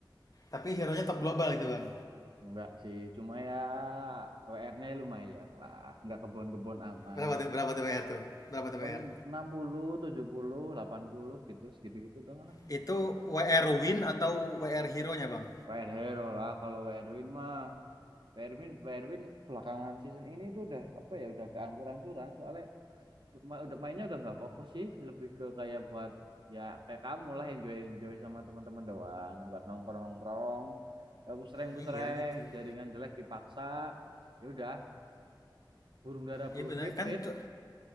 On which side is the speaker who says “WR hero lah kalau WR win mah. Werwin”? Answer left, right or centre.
Right